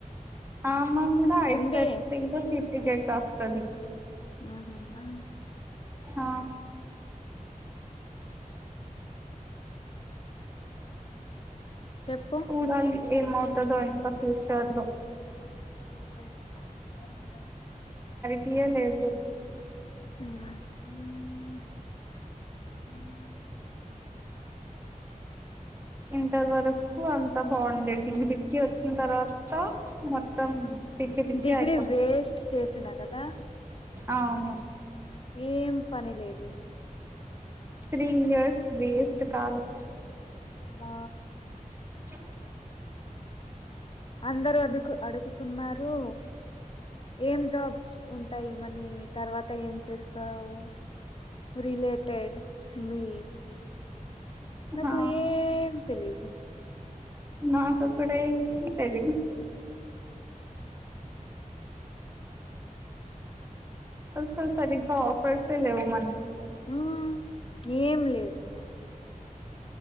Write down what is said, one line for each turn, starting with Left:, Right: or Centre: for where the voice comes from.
Right: ఆమ కూడా ఐ
Left: ఎంబిఏ
Right: సెట్ ఇంకా సిప్లికెట్ రాస్తాది
Left: ఆహా
Right: ఆ
Left: చెప్పు
Right: చూడాలి ఏమవుతదో ఇంకా ఫ్యూచర్ లో
Left: ఉమ్ హు ఉమ్
Right: తీయలేదు పో
Left: ఉమ్
Right: అంత వరకు అంత బాగుండే డిగ్రీకి వచ్చిన తర్వాత మొత్తం పిచ్చి పిచ్చి
Left: డిగ్రీ
Right: అయిపోతుంది
Left: వేస్ట్ చేసినా కదా
Right: ఆవును
Left: ఏం పని లేదు
Right: త్రీ ఇయర్స్ వెస్ట్ ఖాళీ
Left: మా
Right: చెప్
Left: అందరు అడుకు అడుగుతున్నారు ఏం జాబ్స్ ఉంటాయి మణి తర్వాత ఏం చేస్తావు రిలేటెడ్ మీ నాకు
Right: ఆ
Left: ఏం తెలిదు
Right: నాకు కూడా ఏం తెలిదు అసలు సరిగా ఆఫర్స్యే లేవు మన
Left: ఉమ్ ఏం లేవు